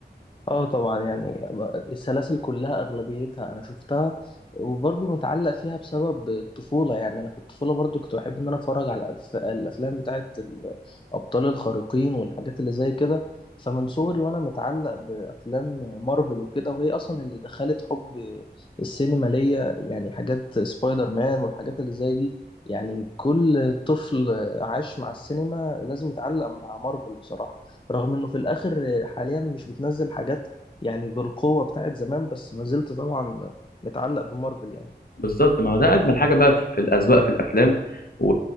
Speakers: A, on the left; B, on the left.
A: اه طبعا يعني السلاسل كلها اغلبيتها انا شفتها وبرضه متعلق فيها بسبب الطفوله يعني انا في الطفوله برضه كنت بحب ان انا اتفرج على الأف... الافلام بتاعه الابطال الخارقين والحاجات اللي زي كده فمن صغري وانا متعلق بافلام مارفل وكده وهي اصلا اللي دخلت حب السينما ليا يعني حاجات سبايدر مان والحاجات اللي زي دي يعني كل طفل عاش مع السينما لازم يتعلق مع مارفل بصراحه رغم انه في الاخر حاليا مش بتنزل حاجات يعني بالقوة بتاعت زمان بس ما زلت طبعا متعلق بمارفل يعني
B: بالظبط ما هو ده اجمل حاجه بقى في الاذواق في الافلام و...